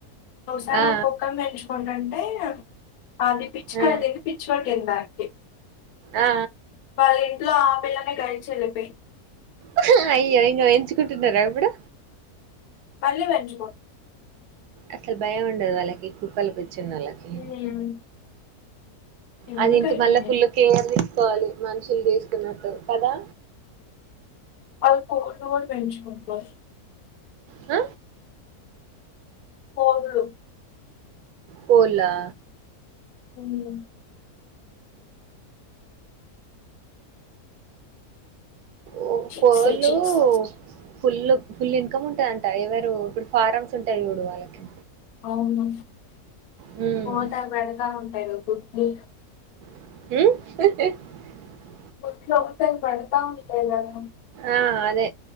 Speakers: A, on the left; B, on the right.
A: ఒసారి
B: ఆ!
A: ఒ కుక్కని పెంచుకుంటంటే అది పిచ్చికని
B: ఆ!
A: తిని పిచ్చి పట్టింది దానికి
B: ఆ!
A: వాళ్ళ ఇంట్లో ఆ పిల్లని <unintelligible> ఎళ్ళిపోయి
B: అహా అయ్యాఅయ్యో ఎంచుకుంటున్నారా ఇప్పుడు
A: మళ్ళీ వెంచుకున్
B: అసల్ బయం ఉండదు వాళ్ళకి కుక్కల పిచ్చి ఉన్నోళ్ళకి
A: హ్మ్. ఎందుకండి
B: ఆ దీనికి మళ్ళ ఫుల్ కేర్ తీసుకోవాలి. మనుషులు తీసుకున్నట్టు కదా
A: అల్ కోడ్లు కూడ పెంచుకుంటాన్
B: అ
A: కోడ్లు
B: కోళ్ళా
A: అంబ
B: ఒ
A: చిక్స్
B: కోళ్ళూ
A: చిక్స్
B: ఫుల్ ఫుల్ ఇన్కమ్ ఉంటదంట ఎవరూ ఇప్పుడు ఫారంమ్స్ ఉంటాయి చూడు వాళ్ళకి
A: అవును
B: హ్మ్.
A: పోతా పెడతా ఉంటాయిగా గుడ్లు
B: ఉమ్
A: గుడ్లు <unintelligible> పెడతా ఉంటయి గదా
B: ఆ అదే